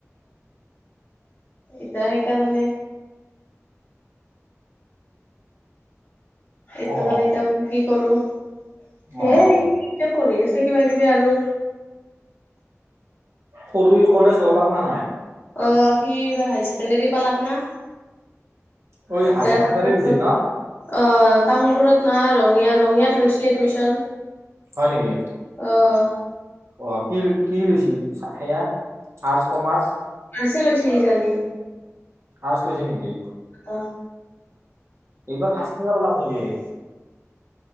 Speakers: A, on the left; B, on the right.
A: এতিয়া সেইকাৰণে সেইটো
B: অ
A: কাৰণে এতিয়া বোলোঁ কি কৰোঁ? সেই
B: অ
A: পঢ়ি আছে কিবা- কিবি আৰু!
B: সৰু কলেজ ললাক না নাই?
A: অঁ সি এইবাৰ হায়াৰ ছেকেণ্ডেৰী পালাক না।
B: ঐ
A: একো
B: হায়াৰ
A: পোৱা
B: ছেকেণ্ডাৰী
A: নগ'ল।
B: দিছিল
A: অঁ!
B: ন
A: তামোলপুৰত না ৰঙীয়া, ৰঙিয়াত লৈছে এডমিশন।
B: হয় নেকি?
A: অঁ।
B: অঁ! কি, কি লৈছি? সেয়া আৰ্টচ-কমাৰ্চ?
A: আৰ্ষ্টছে লৈছে কিজানি?
B: আৰ্টছ লৈছে নেকি?
A: অঁ।
B: এইবাৰ ফাৰ্ষ্ট ইয়াৰ পালাক নেকি?